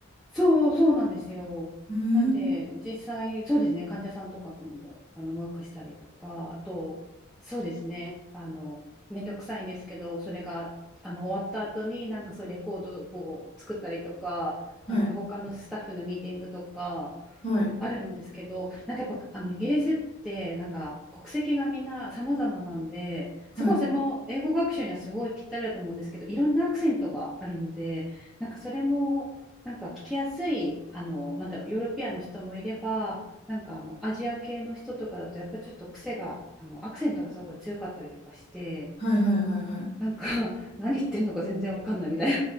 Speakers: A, in the centre; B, on the left.
A: そうそうなんですよ。
B: うん。
A: なんで、実際、そうですね、患者さんとかともあのワークしたりとか、あと、そうですね、あの、めんどくさいんですけど、それがあの終わった後に、なんかそういうレコードを作ったりとか、
B: はい。
A: なんか他のスタッフのミーティングとか、
B: はい。
A: あるんですけど、なんかやっぱあのイギリスってなんか国籍がみんな様々なんで、
B: はい。
A: すごいそれも英語学習にはすごいぴったりだと思うんですけど、いろんなアクセントがあるので、なんかそれもなんか聞きやすい、あの、なんだろう、ヨーロピアンの人もいれば、なんかあのアジア系の人とかだとやっぱちょっと癖が、あのアクセントがすごい強かったりとかして、
B: はいはいはいはい。
A: なんか <laughs> 何言ってんのか全然わかんないみたい